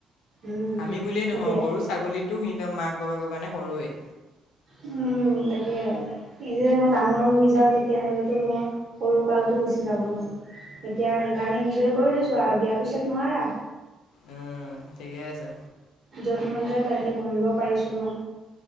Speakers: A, on the right; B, on the left.
A: উম
B: আমি বুলিয়ে নহয়
A: এতিয়া
B: গৰু ছাগলী টো নিজৰ মাক বাপেকৰ কাৰণে সৰুৱে
A: উম তাকেহে ই যে মই ডাঙৰ হৈ যাওঁ তেতিয়া হলেতো মোৰ সৰু কালটো গুচি যাব ন এতিয়া সেইকাৰণে এনজয় কৰি লৈছো আ বিয়াৰ পিছত নোৱাৰা
B: উম ঠিকে আছে
A: য'ত মন যায় তাতেই ঘূৰিব পাৰিছোঁ ন